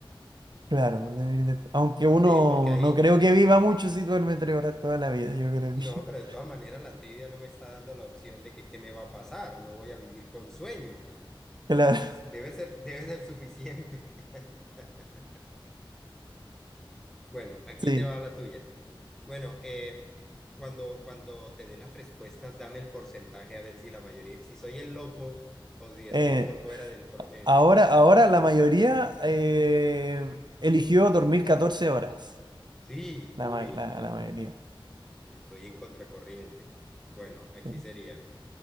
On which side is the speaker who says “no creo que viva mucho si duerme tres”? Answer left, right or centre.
Right